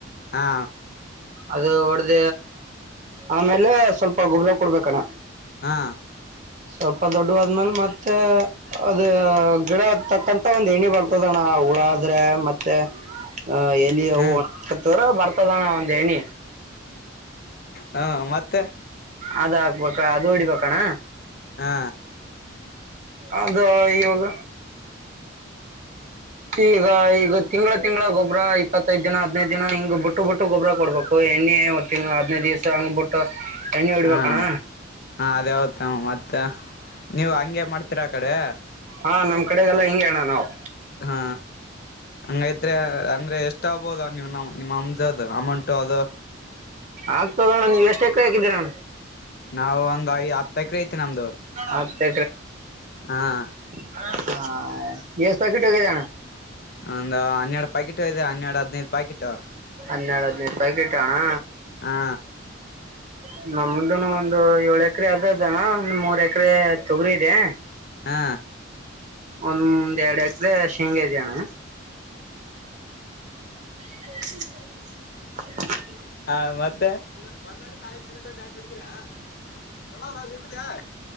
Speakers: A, on the left (about 50°); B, on the right (about 40°).
A: ಹಾ
B: ಅದು ಹೊಡ್ದ ಆಮೇಲೆ ಸ್ವಲ್ಪ ಗುಬ್ಳ ಕೊಡ್ಬೇಕಣ್ಣ
A: ಹಾ
B: ಸ್ವಲ್ಪ ದೊಡ್ಡ ಆದ್ಮೇಲೆ ಮತ್ತೆ ಅದ ಗಿಡ ತಕ್ಕಂತ ಒಂದ್ ಎಣ್ಣಿ ಬರ್ತದಣ್ಣ ಉಳ್ಳ ಬರ್ತತಿ ಆದ್ರೆ ಮತ್ತೆ ಅ ಎಲ್ಲಿ ಹ
A: ಹ್ಮ್
B: ಒಣತದ್ರ ಬರ್ತದಾನ ಒಂದ್ ಎಣ್ಣಿ
A: ಹಾ ಮತ್ತೆ
B: ಅದ ಆಗ್ಬೇಕ ಅದು ಹೊಡಿಬೇಕಣ
A: ಹಾ
B: ಅದು ಇೋಗ ಈಗ ಈಗ ತಿಂಗಳ ತಿಂಗಗಳ ಗೊಬ್ರ ಇಪ್ಪತ್ತೈ್ ದಿನ ಹದ್ಯದ್ ದಿನ ಹಿಂಗ್ ಬಿುಟ್ಟು ಬಿುಟ್ಟು ಗೊಬ್ಬ್ರ ಕೊಡ್ಬು ಯಎಣ್ಣೆ ಇತ್ತ ತಿಂ ಹದ್ೈದು್ ದಿವ್ಸ ಹಂಗ್ಬಿಟ್ಟು ಎಣ್ಣೆ ಉಡ್ಬೇಕಣ್ಣ
A: ಹಾ ಹಾ ಅದೇವತ್ ಮತ್ತೆ ನೀವ್ ಹಂಗೆ ಮಾಡ್ತೀರಾ ಆ ಕಡೆ
B: ಹಾ ನಮ್ಮ ಕಡೆಗೆಲ್ಲಾ ಹಿಂ ಅಣ್ಣ ನಾವು
A: ಹಾ ಹಂಗೈತ್ ಅಂದ್ರೆ ಎಷ್ಟ ಆಗ್ಬೋದ ನಿವ್ ನ ನಿಮ್ಮ್ ಅಮಜದ್ ಅಮೌಂಟ್ ಅಮೌಂಟ್ ಅದು
B: ಆಗ್ತದಣ್ಣ ನೀವು ಎಷ್ಟ ಎ ಕಡೆ ಹಾಕಿದ್ದೀರಣ್ಣ
A: ನಾವವು ಒಂದ್ ಐ್ ಹತ್ತೈಕ್ರ ಐತಿ ನಮ್ದು
B: ಹತ್ತು
A: ಹ್ಮ್
B: ಹಾ ಈ ಎಸ್ ಪಾಕಿಟ್ೋಗದ
A: ಒಂದ ಹನ್ನೆರಡು ಪಾಕೆಟ್ ಇದೆ ಹನ್ನೆರಡು ಹದ್ನೈದು ಪಾಕೆಟ್ ಉ
B: ಹನ್ನೆರಡು ಹದಿನೂ ರೂಪಕಿಟ್ ಆಣಾ
A: ಹಾ
B: ಹ ನಮ್ದನು ಒಂದು ಏಳ ಎಕರೆ ಅದದಾನ ಒಂದ ಮೂರ್ ಎಕರೆ ತೊಗರಿ ಇದೆ
A: ಹಾ
B: ಒಂದ್ ಮುಂದ್ ಎರಡು ಎಕ್ರೆ ಶೇಂಗ ಇದ್ದ್ಯಣ್ಣ <unintelligible>
A: ಹಾ ಮತ್ತೆ <unintelligible> ಸಿರಿ ತಗೊಂಡು ಡ್ಯಾನ್ಸ್ ಹೊಡೀತೀರಾ.